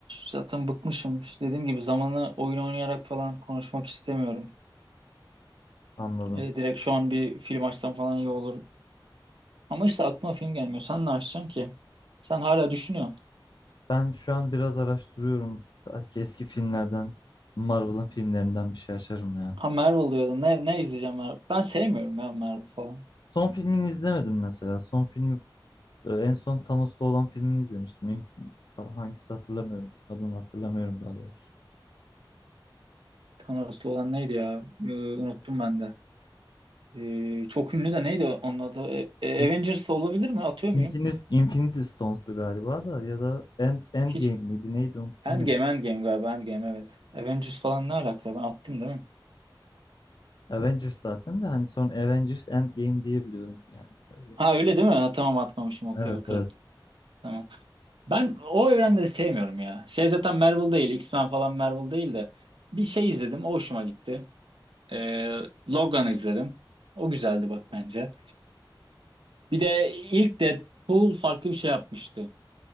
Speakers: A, on the right; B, on the left.
A: zaten bıkmışım. Dediğim gibi zamanı oyun oynayarak falan konuşmak istemiyorum.
B: Anladım.
A: Ee, direkt şu an bir film açsam falan iyi olur. Ama işte aklıma film gelmiyor. Sen ne açacaksın ki? Sen hala düşünüyorsun.
B: Ben şu an biraz araştırıyorum. Belki eski filmlerden, Marvel'ın filmlerinden bir şey açarım ya.
A: Ha Marvel diyordun. Ne, ne izleyeceğim Marvel? Ben sevmiyorum ya Marvel falan.
B: Son filmini izlemedim mesela. Son filmi Ee, en son Thanos'la olan filmini izlemiştim. İn- Hangisi hatırlamıyorum. Adını hatırlamıyorum daha doğrusu.
A: Thanos'lu olan neydi ya? Ee, unuttum ben de. Ee, çok ünlü de neydi onun adı? E- e,
B: İn-
A: Avengers olabilir mi? Atıyor muyum?
B: Infinis- Infinity Stones'tu galiba da ya da End, Endgame
A: Hiç.
B: miydi neydi unuttum
A: Endgame,
B: ya.
A: Endgame galiba. Endgame evet. Avengers falan ne alaka? Ben attım değil mi?
B: Avengers zaten de hani son Avengers Endgame diye biliyorum yani öyle.
A: Ha öyle değil mi? Ha, tamam atmamışım. Okey
B: Evet
A: okey.
B: evet.
A: Tamam. Ben o evrenleri sevmiyorum ya. Şey zaten Marvel değil. X-Men falan Marvel değil de. Bir şey izledim. O hoşuma gitti. Ee, Logan'ı izledim. O güzeldi bak bence. Bir de ilk Deadpool farklı bir şey yapmıştı.